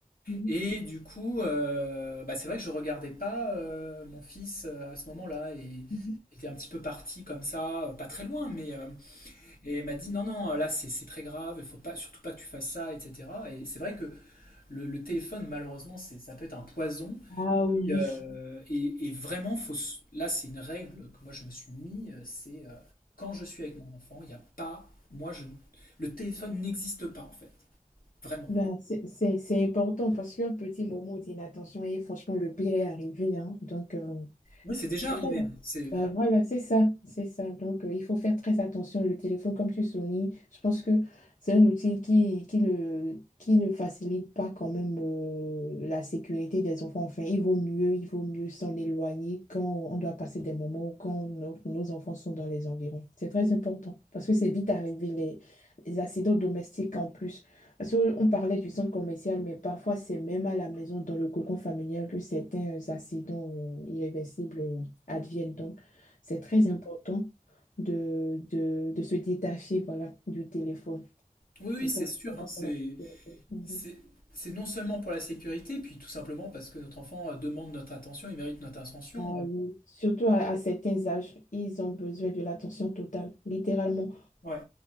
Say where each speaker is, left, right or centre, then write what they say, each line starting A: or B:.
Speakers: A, on the left (about 65°); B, on the left (about 85°).
A: Mhm,
B: Et du coup, euh, bah, c'est vrai que je regardais pas euh, mon fils euh, à ce moment-là et il
A: mhm.
B: était un petit peu parti comme ça, euh, pas très loin, mais. euh, et elle m'a dit non, non, là c'est c'est très grave, il faut pas, surtout pas que tu fasses ça, etc. Et c'est vrai que le, le téléphone, malheureusement, c'est, ça peut être un poison.
A: Ah oui,
B: Et, euh, et- et vraiment, faut, s- là c'est une règle que moi je me suis mis, euh, c'est euh, quand je suis avec mon enfant, il n'y a pas, moi je, le téléphone n'existe pas en fait, vraiment.
A: Bah, c'est c'est- c'est important parce qu'un petit moment d'inattention et franchement, le pire est arrivé. hein. Donc, euh,
B: Oui, c'est déjà
A: C'est
B: arrivé.
A: ça.
B: hein. C'est,
A: Bah voilà, c'est ça, c'est ça. Donc, euh, il faut faire très attention. Le téléphone, comme tu soulignes, je pense que c'est un outil qui, qui ne, qui ne facilite pas quand même euh, la sécurité des enfants. Enfin, il vaut mieux, il vaut mieux s'en éloigner quand on doit passer des moments ou quand nos, nos enfants sont dans les environs. C'est très important parce que c'est vite arrivé les, les accidents domestiques en plus. Parce que on parlait du centre commercial, mais parfois c'est même à la maison, dans le cocon familial, que certains accidents euh, irréversibles advienne. Donc, c'est très important de, de, de se détacher, voilà, du téléphone.
B: oui, oui,
A: C'est très
B: c'est
A: important
B: sûr. hein, c'est,
A: pour la sécurité. Mhm.
B: c'est, c'est non seulement pour la sécurité, puis tout simplement parce que notre enfant euh, demande notre attention, il mérite notre attention.
A: Ah oui. Surtout à, à certains âges, ils ont besoin de l'attention totale, littéralement,
B: Ouais.